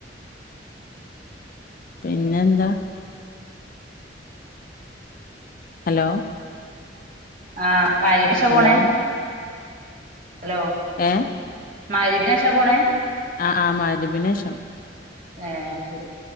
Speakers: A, on the left; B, on the right.
A: പിന്നെന്താ? ഹലോ
B: ആഹ് മഹ്‌രിബേഷാ
A: Hello
B: പോണേ? hello.
A: ഏഹ്
B: മഹ്‌രിബിനേശാ പോണത്?
A: ആഹ് ആഹ് മഹ് രിബിനേശം.
B: ഏഹ്. അഹ്ശരി